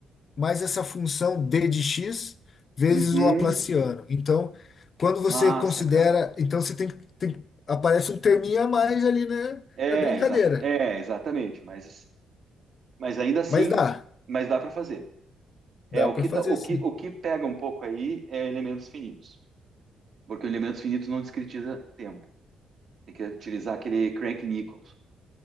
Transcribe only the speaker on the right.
Uhum.
Massa,
cara.
É,
exata, é, exatamente. Mas, mas ainda assim,
mas dá para fazer. É,
o
que,
tá- o que,
o que pega um pouco aí é elementos finitos. Porque o elemento finito não discretiza tempo. Tem que utilizar aquele Crank Nichols.